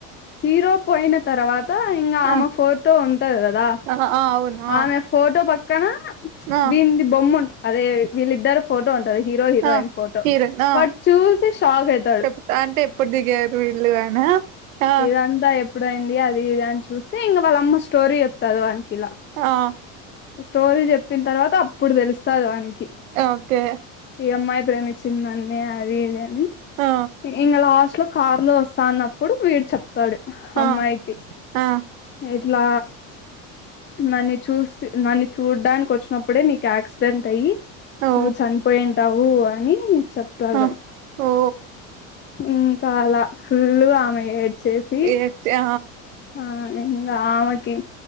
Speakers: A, on the left; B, on the right.
A: హీరో పోయిన తర్వాత ఇంకా ఆమె
B: ఆ
A: ఫోటో ఉంటది కదా
B: ఆ ఆ అవును ఆ
A: ఆమె ఫోటో పక్కన
B: ఆ
A: వీంది బొమ్మ ఉంట అదే వీళ్ళిద్దరు ఫోటో ఉంట హీరో హీరోయిన్
B: ఆ
A: ఫోటో
B: హీరోయిన్ ఆ
A: వాడు చూసి షాక్ అవుతాడు
B: చెప్తా అంటే ఎప్పుడు దిగారు వీళ్ళు అనా ఆ
A: ఇదంతా ఎప్పుడైంది అది ఇది అని చూసి ఇంక వాళ్ళమ్మ స్టోరీ చదవానికి ఇలా
B: ఆ
A: స్టోరీ చెప్పిన తర్వాత అప్పుడు తెలుస్తు ప్రసాదవానికి
B: ఓకే
A: ఈ అమ్మాయి ప్రేమించింది అదిని
B: ఆ
A: ఇ లాస్ట్ లో కార్ లో వస్తా అప్పుడు వీడు చెప్తాడు అమ్మాయికి
B: ఆ ఆ
A: ఇట్లా నన్ను చూసి నన్ను చూడ్డానికి వచ్చినప్పుడే నీకు యాక్సిడెంట్ అయ్యి
B: ఓ
A: నువ్ చని పోయింటావు అని చెప్తారు
B: ఆ ఓ
A: ఇంకా అలా ఫుల్ ఆమె ఏడ్చేసి
B: ఏతే
A: ఆ ఇంకా ఆమెకి